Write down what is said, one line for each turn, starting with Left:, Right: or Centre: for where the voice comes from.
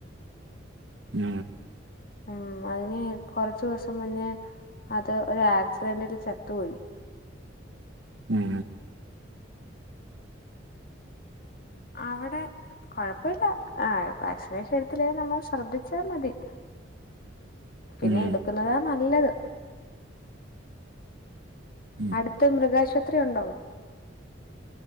Right: മ്
Left: ഉം അതിന് കൊറച്ചു ദിവസം മുന്നേ അത് ഒരു ആക്സിഡന്റില് ചത്തുപോയി.
Right: ഉം
Left: അവിടെ കൊഴപ്പമില്ല ആ വാക്സിനേഷൻ എടുത്തില്ലേ നമ്മൾ ശ്രദ്ധിച്ചാ മതി പിന്നെടുക്കുന്നതാ
Right: ഉം
Left: നല്ലത്
Right: ഉം
Left: അടുത്ത മൃഗാശുപത്രി ഉണ്ടോ